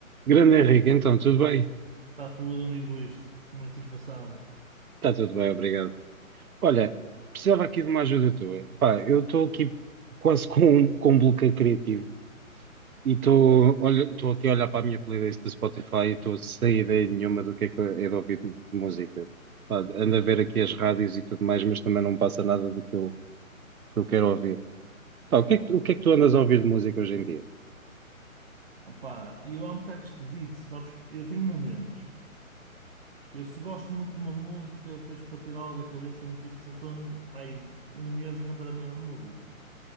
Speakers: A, on the right (about 85°); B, on the right (about 45°).
A: Grande Henrique, então, tudo bem?
B: Está tudo, amigo Luís. Como é que tens passado?
A: Está tudo bem, obrigado. Olha, precisava aqui de uma ajuda tua. Pá, eu estou aqui quase com, um- com um bloqueio criativo e estou olha, estou aqui a olhar para a minha playlist do Spotify e estou sem ideia nenhuma do que é que é de ouvir de música. Pá, ando a ver aqui as rádios e tudo mais, mas também não passa nada do que eu, que eu quero ouvir. Pá, o que é que, tu-
B: Tá
A: o que
B: certo.
A: é que tu andas a ouvir de música hoje em dia?
B: Opá, eu é um bocado esquisito, sabes? Eu tenho momentos. Eu se gosto muito de uma música, depois para tirá-la da cabeça é muito difícil. Estou ando, pá, aí um mês a cantar a mesma música.